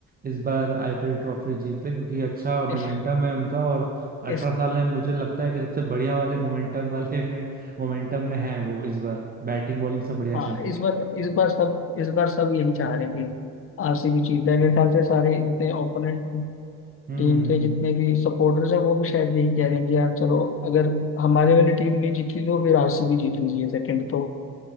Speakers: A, on the right; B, on the left.
A: इस बार आईपीएल ट्रॉफी जीते क्योंकि अच्छा मोमेंटम
B: इस,
A: है उनका और अठारह
B: इस
A: साल है मुझे लगता है कि सबसे बढ़िया वाले मोमेंटम वाले में मोमेंटम में है वो इस बार बैटिंग बॉलिंग सब बढ़िया
B: हाँ
A: चल रही
B: इस
A: है
B: बार इस बार सब इस बार सब यही चाह रहे हैं कि आरसीबी जीत जाए मेरे ख्याल से सारे इतने ओपोनेंट
A: हम्म
B: टीम
A: हम्म
B: के जितने भी सपोर्टर्स हैं वो भी शायद यही कह रहे हैं कि यार चलो अगर हमारे वाली टीम नहीं जीती तो फिर आरसीबी जीतनी चाहिए सेकंड तो